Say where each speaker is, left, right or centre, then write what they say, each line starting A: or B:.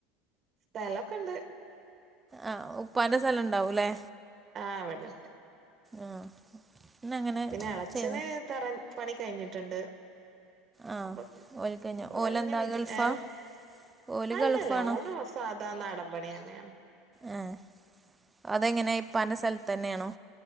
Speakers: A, on the right; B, on the right.
A: സ്ഥലൊക്കെണ്ട്.
B: ആഹ് ഉപ്പാന്റെ സ്ഥലം ഉണ്ടാവൂല്ലേ
A: ആ അവടെണ്ട്
B: ആഹ് ഇന്ന അങ്ങനെ
A: പിന്നെ എളച്ചന്
B: ചെയ്ത്
A: തറ പണി കഴിഞ്ഞിട്ടുണ്ട്.
B: ആഹ്
A: അപ്പ
B: ഓൽക്കഞ്ഞ
A: <unintelligible>
B: ഓലെന്താ
A: വിജ
B: ഗൾഫാ
A: ഏഹ്
B: ഓല്
A: അല്ലല്ല
B: ഗൾഫാണോ
A: ഓന് വസ സാധാ നാടമ്പണിന്നെയാണ്.
B: ഏഹ് അതെങ്ങനെ ഇപ്പാന്റെ സ്ഥലത്തന്നെയാണോ?